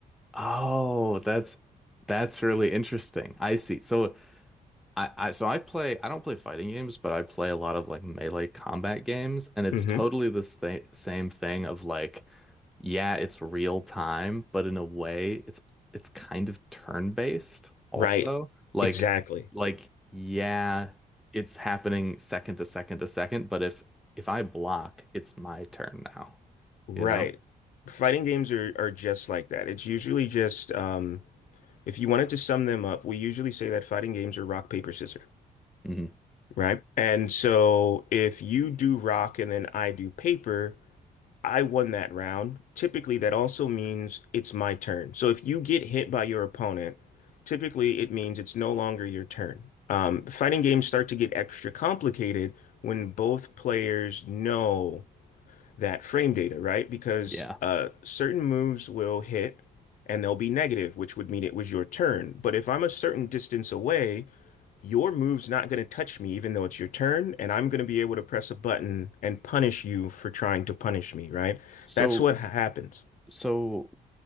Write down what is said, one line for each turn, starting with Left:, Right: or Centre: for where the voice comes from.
Centre: Oh, that's that's really interesting. I see. So I, I so I play I don't play fighting games, but I play a lot of like melee combat games, and it's
Left: hmm
Centre: totally this thing, same thing of like, yeah, it's real time, but in a way it's it's kind of turn-based also.
Left: Right.
Centre: Like
Left: Exactly.
Centre: like yeah, it's happening second to second to second, but if if I block, it's my turn now,
Left: Right.
Centre: you know?
Left: Fighting games are, are just like that. It's usually just, um, if you wanted to sum them up, we usually say that fighting games are rock, paper, scissors.
Centre: hmm
Left: Right. And so if you do rock and then I do paper, I won that round. Typically, that also means it's my turn. So if you get hit by your opponent, typically it means it's no longer your turn. Um, fighting games start to get extra complicated when both players know that frame data, right? Because
Centre: Yeah.
Left: uh, certain moves will hit and they'll be negative, which would mean it was your turn. But if I'm a certain distance away, your move's not going to touch me, even though it's your turn, and I'm going to be able to press a button and punish you for trying to punish me, right?
Centre: So
Left: That's what ha- happens.
Centre: so